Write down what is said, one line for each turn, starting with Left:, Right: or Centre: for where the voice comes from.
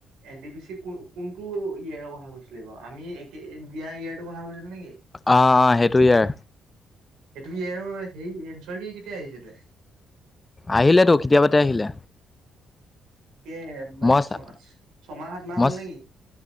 Right: এন ডি পি চি কোন কোনটো ইয়াৰৰ কথা কৈছিলে বাৰু, আমি একে দিয়া ইয়াৰটো কথা কৈছিলি নেকি
Left: অ' অ' সেইটো ইয়াৰ
Right: সেইটো কি আৰু সেই এচৰক কেতিয়া আহিছিলে?
Left: আহিলেতো কেতিয়াপাতে আহিলে।
Right: এ,
Left: মই চা
Right: ছমা ছমাহ সাতমাহ
Left: মই
Right: হল নেকি।